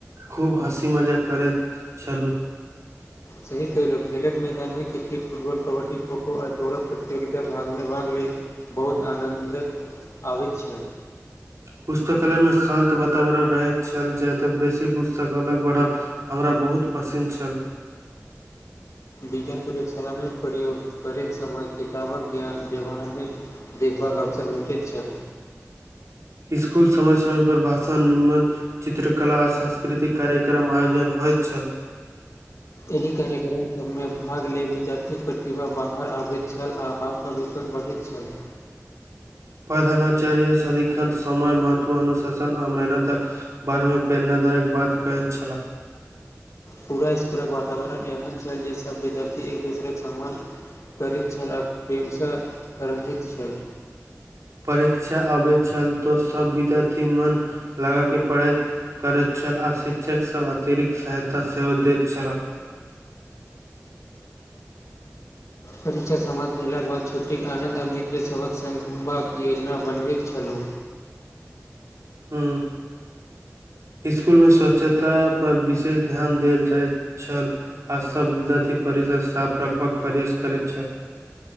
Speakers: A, on the right; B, on the left.
A: खूब हँसी मजाक करैत छलुँ
B: सही खेलो खेलक मैदानमे क्रिकेट फुटबॉल कबड्डी खोखो आ दौड़ो प्रतियोगिता भगमे भाग ले बहुत आनन्दक आबैत छै
A: पुस्तकालय मे शान्त वातावरण रहैत छल जाय तऽ बेसी पुस्तकालय पढ़ब हमरा बहुत पसिन छल
B: विज्ञान प्रयोगशालामे प्रयोग करैत समय किताबक ज्ञान व्यवहारमे एक बार अवसर भेटैत छल
A: स्कुल समय समय पर भाषण निम्मन चित्रकला सांस्कृतिक कार्यक्रम आयोजन होइत छल
B: एहि कार्यक्रम सभमे भाग लेल विद्यार्थीक प्रतिभा बाहर आबैत छल आ पर विश्वास बढ़ैत छैलै
A: प्रधानाचार्य सदि्षन समय महत्व अनुशासन आ मेहनतक बारेमे प्रेरणादायक बात कहैत छलाह
B: पूरा इसकुलक वातावरण एहन छै जे सभ विद्यार्थी एक दूसरे के सम्मान करैत छल आ प्रेमसँ रहैत छल
A: परीक्षा अबैत छल तऽ सब विद्यार्थी मन लगा के पढ़ैत करैत छल आ शिक्षक सब अतिरिक्त सहायता सेहो दैत छलाह
B: परीक्षा समाप्त भेलाक बाद छुट्टीके आनन्द अमित्र सभक सङ्ग घुमबाक योजना बनबैत छलूं
A: हू इसकुलमे स्वच्छता पर विशेष ध्यान देल जाइत छल आ सब विद्यार्थी परिसर साफ रखबाक प्रयास करैत छल